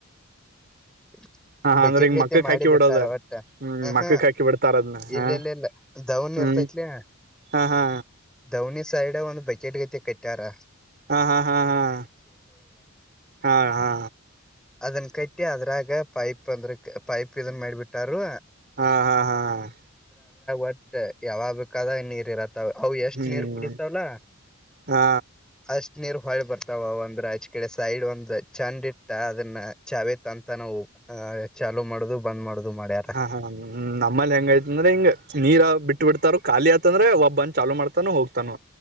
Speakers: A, in the centre; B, on the right (about 45°).
A: ಹ
B: ಹಾ ಹಾ
A: <inaudible> ಬಕೆಟ್
B: ಅಂದ್ರೆ ಈಗ
A: ಗೈತೆ
B: ಮಕ್ಕಕ್
A: ಮಾಡಿ
B: ಹಾಕಿ
A: ಬಿಟ್ಟಾರ
B: ಬಿಡೋದ
A: ಒಟ್ಟ
B: ಹ್ಮ್ ಮಕ್ಕಕ್
A: ಹ
B: ಹಾಕಿ ಬಿಡ್ತಾರ ಅದನ್ನ ಹ
A: ಇಲ್ಲೆಲ್ಲೆಲ್ಲ ದವಣಿ
B: ಹ್ಮ್
A: ಇರ್ತೈತ್ಲ
B: ಹಾ ಹಾ
A: ದವಣಿ ಸೈಡ್ ಒಂದು ಬಕೆಟ್ ಗೈತೆ ಕೆಟ್ಟಾರಾ
B: ಹಾ ಹಾ ಹಾ ಹಾ ಹಾ ಹಾ
A: ಅದನ್ ಕಟ್ಟಿ ಆದ್ರ ಇಟ್ಟಾಗ ಪೈಪ್ ಅಂದ್ರೆ ಪೈಪ್ ಇದನ್ ಮಾಡಿಬಿಟ್ಟಾರು
B: ಹಾ ಹಾ ಹಾ ಹಾ
A: ಒಟ್ ಯಾವಾಗ ಬೇಕಾದನ್ <unintelligible> ಅವು ಎಷ್ಟ
B: ಹ್ಮ್
A: ನೀರ್ ಕುಡಿತವಲ
B: ಹಾ
A: ಅಸ್ತ್ ನೀರ್ ಹೊ ಬರ್ತಾವ ಅಂದ್ರ ಆಚ್ ಕಡೆ ಸೈಡ್ ಒಂದ್ ಚೆಂಡ್ ಇಟ್ಟ ಅದನ್ನ ಚಾವೇ ಅಂತ ನಾವು ಚಾಲೂ ಮಾಡುದು ಬಂದ್ ಮಾಡುದು ಮಾಡ್ಯಾರ
B: ಹಾ ಹಾಮ್ ನಮ್ಮಲ್ಲಿ ಹೆಂಗಯ್ತ ಅಂದ್ರೆ ಹಿಂಗ್ ನೀರ ಬಿಟ್ಟು ಬಿಡ್ತಾರ ಖಾಲಿ ಅತ ಅಂದ್ರೆಬ್ಬಂದ ಚಲು ಮಾಡತಾನು ಹೋಗ್ತಾನ